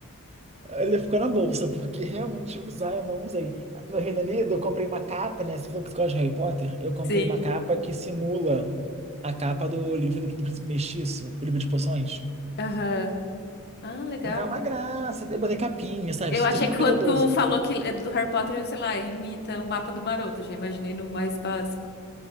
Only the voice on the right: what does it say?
ele ficou na bolsa, porque realmente usar eu não usei. No Reino Unido eu comprei uma capa, né? Você falou que você gosta de Harry Potter? Eu comprei
uma capa que simula a capa do livro do, do Príncipe Mestiço, o livro de poções.
Então é uma graça, eu botei capinha, sabe?
Super
cuidadoso.